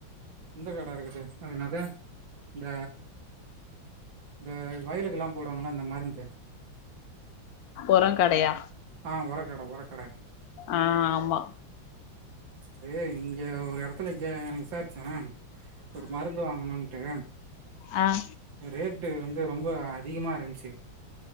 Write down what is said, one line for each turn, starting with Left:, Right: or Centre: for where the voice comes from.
Right: இந்த கட இருக்குது அது என்னாது இந்த இந்த வயலுக்கல்லாம் போடுவாங்கள இந்த மருந்து.
Left: ஒரொங் கடையா?
Right: ஆ ஒர கட ஒர கட.
Left: ஆ ஆமா.
Right: அது இங்க ஒரு எடத்துல ஜா விசாரிச்சே ஒரு மருந்து வாங்கணுன்ட்டு.
Left: அ
Right: ரேட்டு வந்து ரொம்ப அ அதிகமா இருஞ்ச்சு.